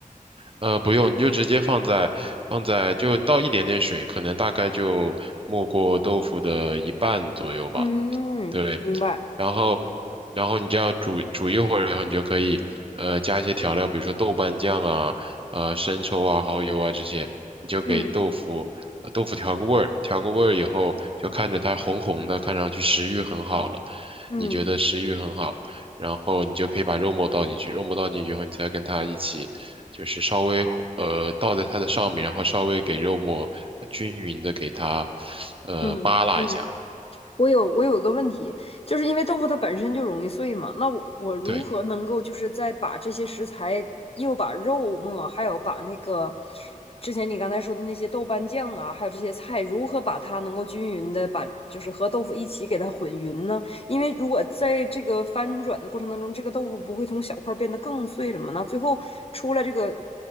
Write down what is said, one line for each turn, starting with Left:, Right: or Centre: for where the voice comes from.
Right: 呃，不用，你就直接放在放在就倒一点点水，可能大概就没过豆腐的一半左右吧。
Left: 嗯，
Right: 对，
Left: 明白。
Right: 然后然后你这样煮煮一会儿，然后你就可以呃加一些调料，比如说豆瓣酱啊、呃生抽啊、蚝油啊这些，你就给豆腐呃豆腐调个味儿，
Left: 嗯
Right: 调个味儿以后就看着它红红的，看上去食欲很好了，
Left: 嗯。
Right: 你觉得食欲很好，然后你就可以把肉末倒进去，肉末倒进去以后，你再跟它一起。就是稍微呃倒在它的上面，然后稍微给肉末呃均匀的给它呃扒拉一下，
Left: 嗯嗯。我有我有一个问题，就是因为豆腐它本身就容易碎嘛，那我我如何能够就是再把这些食材，
Right: 对，
Left: 又把肉末，还有把那个之前你刚才说的那些豆瓣酱啊，还有这些菜，如何把它能够均匀的把就是和豆腐一起给它混匀呢？因为如果在这个翻转的过程当中，这个豆腐不会从小块儿变得更碎了吗？那最后出来这个